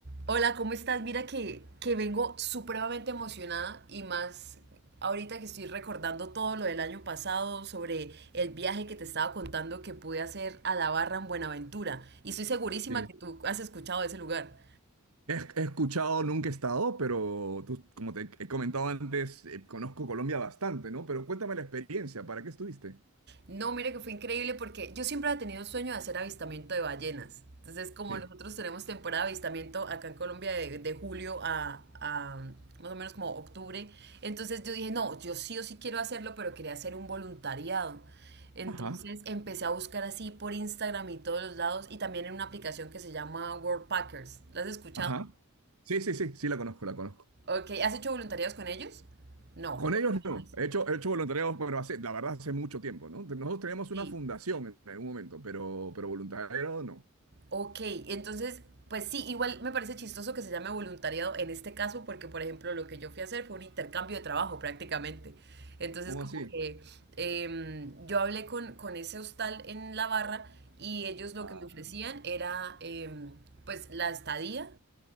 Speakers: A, on the right; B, on the right.
A: Hola, ¿cómo estás? Mira que, que vengo supremamente emocionada y más ahorita que estoy recordando todo lo del año pasado sobre el viaje que te estaba contando que pude hacer a La Barra en Buenaventura. Y estoy segurísima
B: Sí.
A: que tú has escuchado de ese lugar.
B: He, he escuchado, nunca he estado, pero tú- como te he comentado antes, eh, conozco Colombia bastante, ¿no? Pero cuéntame la experiencia, ¿para qué estuviste?
A: No, mire que fue increíble porque yo siempre había tenido el sueño de hacer avistamiento de ballenas. Entonces, como
B: Sí.
A: nosotros tenemos temporada de avistamiento acá en Colombia de, de julio a, a más o menos como octubre, entonces yo dije, no, yo sí o sí quiero hacerlo, pero quería hacer un voluntariado. Entonces
B: Ajá,
A: empecé a buscar así por Instagram y todos los lados y también en una aplicación que se llama World Packers. ¿La has escuchado?
B: ajá. Sí, sí, sí, sí la conozco, la conozco.
A: Ok, ¿has hecho voluntariados con ellos? No.
B: Con
A: Tú
B: ellos no.
A: no.
B: He hecho, he hecho voluntariado, pero hace, la verdad, hace mucho tiempo, ¿no? Nosotros teníamos
A: Sí.
B: una fundación en algún momento, pero, pero voluntariado no.
A: Ok, entonces, pues sí, igual me parece chistoso que se llame voluntariado en este caso, porque por ejemplo lo que yo fui a hacer fue un intercambio de trabajo prácticamente. Entonces
B: ¿Cómo
A: como
B: así?
A: que em, yo hablé con, con ese hostal en la barra y ellos lo
B: Ah,
A: que me ofrecían era em, pues la estadía